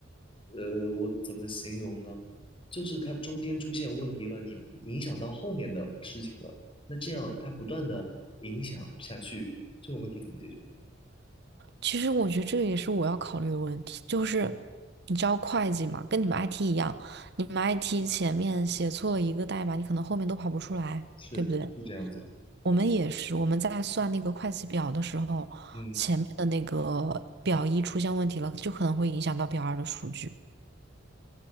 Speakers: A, on the left; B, on the right.
A: 呃，我怎么形容呢？就是他中间出现问题了，你影响到后面的事情了，那这样他不断的影响下去，这种问题怎么解决？
B: 其实我觉得这也是我要考虑的问题，就是
A: 嗯，
B: 你知道会计嘛，跟你们 IT 一样，你们 IT 前面写错了一个代码，你可能后面都跑不出来，
A: 是是这样子，
B: 对不对？我们也是，
A: 没错，
B: 我们在算那个会计表的时候，
A: 嗯，
B: 前面的那个表一出现问题了，就可能会影响到表二的数据。